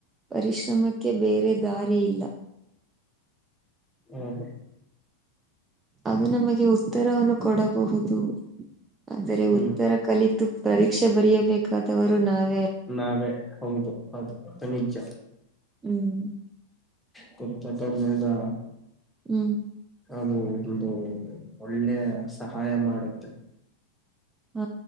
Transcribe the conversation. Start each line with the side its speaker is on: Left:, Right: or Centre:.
Right: ಪರಿಶ್ರಮಕ್ಕೆ ಬೇರೆ ದಾರಿಯಿಲ್ಲ
Centre: ಹ್ಮ
Right: ಅದು ನಮಗೆ ಉತ್ತರವನ್ನು ಕೊಡಬಹುದು ಆದರೆ
Centre: ಹ್ಮ್
Right: ಉತ್ತರ ಕಲಿತು ಪರೀಕ್ಷೆ ಬರಬೇಕಾದವರು ನಾವ
Centre: ನಾವೇ ಹೌದು ಅದು ಅದು ನಿಜ
Right: ಹ್ಮ್
Centre: ತರ್ತತಲ್ಲದಾ
Right: ಹ್ಮ್
Centre: ಅದು ಒಂದು ಒಳ್ಳೆ ಸಹಾಯ ಮಾಡುತ್ತೆ
Right: ಹ